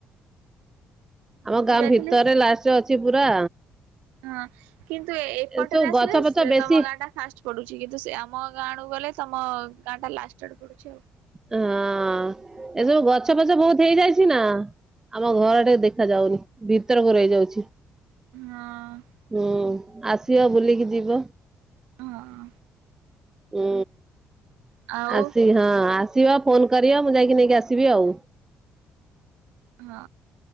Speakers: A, on the right (about 75°); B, on the right (about 20°).
A: ମୁଁ
B: ଆମ
A: ଯୋଉ
B: ଗାଁ
A: ଯାଇଥିଲି
B: ଭିତରେ ଲାଷ୍ଟ ରେ ଅଛି ପୁରା।
A: ହଁ କିନ୍ତୁ, ଏପଟରେ
B: ଏସବୁ
A: ଆସିଲେ
B: ଗଛ ପଛ ବେଶୀ
A: ତମ ଗାଁ ଟା ଫାଷ୍ଟ ପଡୁଛି କିନ୍ତୁ ସେ ଆମ ଗାଁଡୁ ଗଲେ ତମ ଗାଁ ଟା ଲାଷ୍ଟ ଆଡୁ ପଡୁଛି ଆଉ।
B: ହଁ ଏସବୁ ଗଛ ଫଛ ବହୁତ ହେଇଯାଇଛି ନା। ଆମ ଘର ଟିକେ ଦେଖା ଯାଉନି ଭିତରକୁ ରହିଯାଉଛି।
A: ହଁ।
B: ହୁଁ ଆସିବ ବୁଲିକି ଯିବ।
A: ହଁ।
B: ଉଁ।
A: ଆଉ
B: ଆସି ହଁ ଆସିବା ଫୋନ କରିବ ମୁଁ ଯାଇକି ନେଇକି ଆସିବି ଆଉ।
A: ହଁ